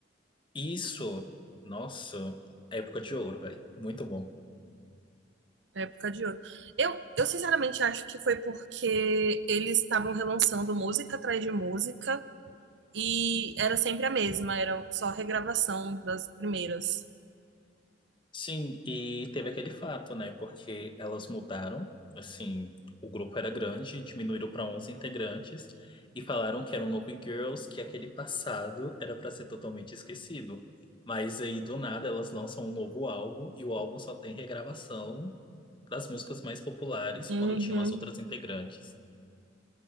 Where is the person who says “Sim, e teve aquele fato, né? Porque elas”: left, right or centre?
Left